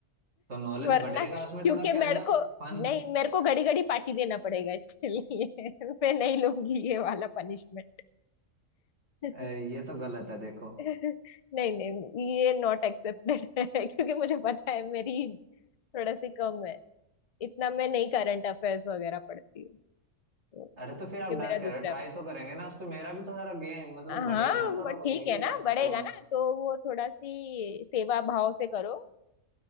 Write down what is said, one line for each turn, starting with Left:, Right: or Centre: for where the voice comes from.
Right: तो नॉलेज
Left: वरना
Right: बढ़ेगा
Left: क्योंकि
Right: उसमें थोड़ा क्या
Left: मेरे
Right: रहेगा
Left: को
Right: फन
Left: नहीं मेरे को घड़ी घड़ी पार्टी देना पड़ेगा इसके लिए <laughs> मैं नहीं लूंगी ये वाला पनिशमेंट <laughs>
Right: ये तो गलत है देखो
Left: नहीं नहीं ये नॉट एक्सेप्टेड है क्योंकि मुझे पता है मेरी थोड़ा सी कम है इतना मैं नहीं करंट अफेयर्स वगैरह पढ़ती हूँ तो क्योंकि
Right: अरे तो फिर आप डर
Left: मेरा
Right: क्या
Left: दूसरा
Right: रहे ट्राई तो करेंगे ना उससे मेरा भी तो सारा गेम मतलब
Left: हाँ
Right: बढ़ेगा ना थोड़ा
Left: वो ठीक
Right: बहुत मैं
Left: है
Right: भी
Left: ना
Right: कोशिश
Left: बढ़ेगा
Right: करूंगा
Left: ना तो वो थोड़ा सी सेवा भाव से करो